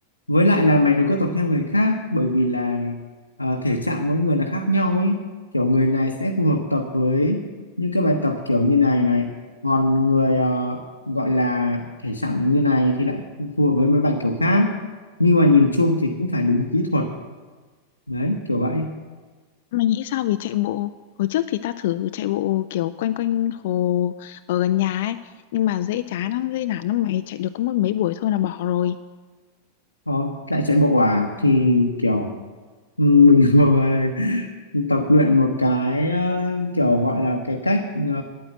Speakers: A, on the left; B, on the left.
A: với lại là mày đừng có tập theo người khác bởi vì là ờ, thể trạng mỗi người là khác nhau ấy kiểu người này sẽ phù hợp tập với những cái bài tập kiểu như này này còn người ờ, gọi là thể trạng như này thì lại phù hợp với mấy bài kiểu khác nhưng mà nhìn chung thì cũng phải đúng kỹ thuật đấy kiểu vậy
B: Mày nghĩ sao về chạy bộ? Hồi trước thì tao thử chạy bộ kiểu quanh quanh hồ ở gần nhà ấy, nhưng mà dễ chán lắm, dễ nản lắm mày chạy được có mỗi mấy buổi thôi là bỏ rồi.
A: Đó, lại chạy bộ à thì kiểu ừ, bình <laughs> thường là tập luyện một cái ờ, kiểu gọi là cái cách ờ,